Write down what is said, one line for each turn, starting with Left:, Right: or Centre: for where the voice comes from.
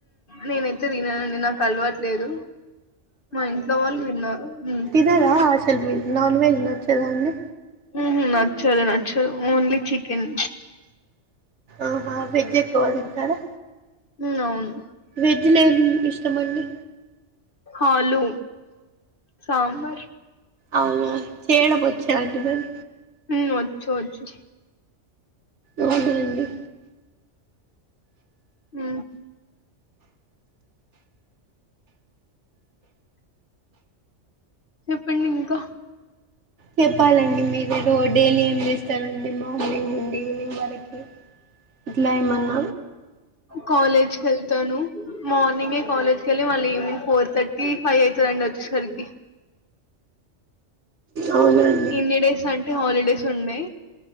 Left: నేనైతే తిననండి నాకు అలవాట్లేదు. మా ఇంట్లో వాళ్ళు విన్నర్ ఉమ్
Right: లేదా అసలు మీకు నాన్ వెజ్ నచ్చదా అండి
Left: ఉహు నచ్చదు నచ్చదు ఓన్లీ చికెన్
Right: అహా వెజ్ ఎక్కవ తింటారా
Left: ఉమ్ అవును
Right: వెజ్ లో ఏమ్ ఇష్టమండి
Left: ఆలు సాంబార్
Right: అవున చేయడం వచ్చా అండి మరి
Left: ఉమ్ వచ్చు వచ్చు
Right: అవునాండి
Left: ఉ చెప్పండి ఇంకా
Right: చెప్పాలండి మీరు రో డైలీ ఏం చేస్తారండి మార్నింగ్ నుండి ఈవినింగ్ వరకి ఇట్ల ఏమన్న
Left: కాలేజ్కెళ్తాను మార్నింగే కాలేజ్ కి వెళ్ళి మళ్ళ ఈవినింగ్ ఫోర్ థర్టీ ఫైవ్ అయితదండి వచ్చేసరికి
Right: అవునా అండ్
Left: ఇన్ని డేస్ అంటే హాలిడేస్ ఉండే